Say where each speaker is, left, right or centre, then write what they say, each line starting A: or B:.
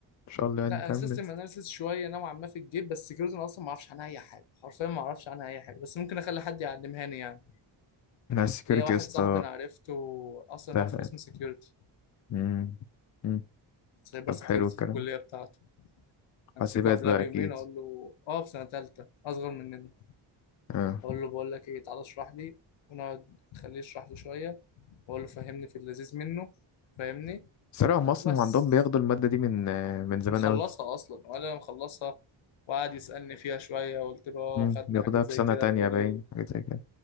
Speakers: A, on the left; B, on the left.
A: ان شاء الله يعني
B: لا
A: فاهم
B: انا سيستم اناليسيس شويه نوعا ما في الجيب بس سكيورتي انا اصلا ما اعرفش عنها اي حاجه حرفيا ما اعرفش عنها اي حاجه بس ممكن اخلي حد يعلمها لي يعني
A: مع السكيورتي
B: ليا واحد
A: يا اسطى
B: صاحبي انا عرفته اصلا
A: سهل
B: هو في
A: يعني.
B: قسم سكيورتي
A: امم امم
B: سايبر
A: طب
B: سكيورتي
A: حلو الكلام
B: في الكليه بتاعته امسكه
A: حاسبات
B: قبلها
A: بقى
B: بيومين
A: اكيد
B: اقول له اه في سنه ثالثه اصغر مننا
A: اه
B: اقول له بقول لك ايه تعالى اشرح لي ونقعد خليه يشرح لي شويه واقول له فهمني في اللذيذ منه فاهمني
A: صراحة هم أصلا
B: وبس
A: عندهم بياخدوا المادة دي من من زمان
B: مخلصها
A: أوي
B: اصلا وانا مخلصها وقعد يسالني فيها شويه قلت له اه
A: مم،
B: خدنا
A: بياخدوها
B: حاجات
A: في
B: زي
A: سنة
B: كده
A: تانية
B: يقول
A: باين
B: لي
A: حاجة زي كده